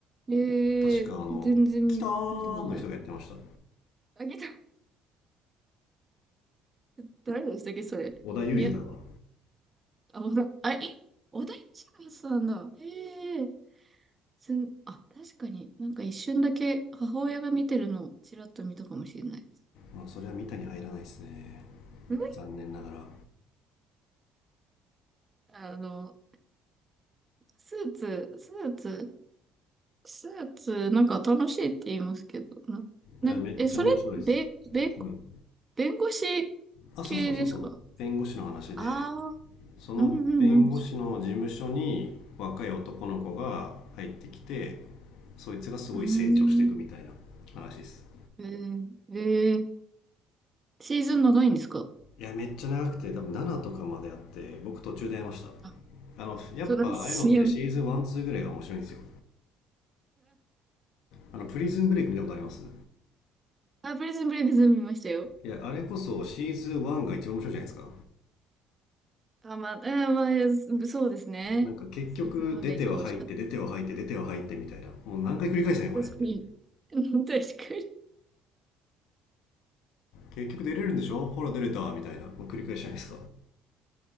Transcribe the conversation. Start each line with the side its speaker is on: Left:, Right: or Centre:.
Right: うん。えー、
Left: 確かあの、
Right: 全然見たことない。
Left: キターンの人がやってました。
Right: あげた、<laughs> 誰でしたっけ、それ。
Left: 織田裕二だから。
Right: みや、あ、おだ、あ、え、小田切さんだ。ええー、すん、あ、確かになんか一瞬だけ母親が見てるのをちらっと見たかもしれないです。
Left: まあ、それは見たに入らないですね。
Right: うん
Left: 残念ながら。
Right: あの、スーツ、スーツ、スーツ、なんか楽しいって言いますけど、な、な、
Left: いや、めっちゃ面白いです。
Right: え、それ、べ、べ、
Left: うん。
Right: 弁護士
Left: あ、
Right: 系ですか
Left: そうそうそうそう。弁護士の話で、
Right: ああー、
Left: その弁護士の事務所に若い男の子が入ってきて、
Right: うんうん
Left: そいつがすごい成長していくみたいな話です。
Right: うん。うーん。えー、えーシーズン長いんですか
Left: いやめっちゃ長くて多分7とかまであって僕途中でやめました
Right: あ、
Left: あのやっぱああいうのってシーズン12ぐらいが面白いんですよ
Right: そうなんです。いや、
Left: あのプリズンブレイク見たことあります
Right: あ、プリズンブレイクズン見ましたよ。
Left: いやあれこそシーズン1が一番面白いじゃないですか
Right: あ、まあ、えまあ、えそうですね。
Left: なんか結局出ては入って出ては入って出ては入ってみたいなもう何回繰り返すねこれって
Right: シーズン1が一番美味しかった。確かに。<laughs> 確かに。
Left: 結局出れるんでしょほら出れたみたいなもう繰り返しじゃないですか